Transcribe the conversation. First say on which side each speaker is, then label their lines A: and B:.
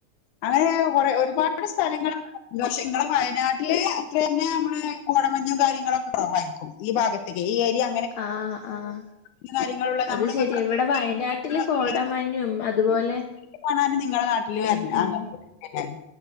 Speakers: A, on the left; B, on the left.
A: അങ്ങെ കൊറേ ഒരുപാട് സ്ഥലങ്ങള് ണ്ട് പക്ഷെ ഇങ്ങളെ വയനാട്ടില് പിന്നെ ഞമ്മളെ കോടമഞ്ഞും കാര്യങ്ങളൊക്കെ കൊറവായിരിക്കും ഈ ഭാഗത്ത്ക്കേ ഈ ഏരിയ
B: ആഹ് ആഹ്.
A: പല കാര്യങ്ങളുള്ള
B: അത്
A: നമ്മളിപ്പോ
B: ശരിയാ.
A: പ്രകൃതി
B: ഇവിടെ വയനാട്ടില് കോടമഞ്ഞും അതുപോലെ
A: ക്കെ കാണാന് നിങ്ങളെ നാട്ടില് വര്
B: ഉം
A: <unintelligible>
B: ഉം
A: എല്ലാരും.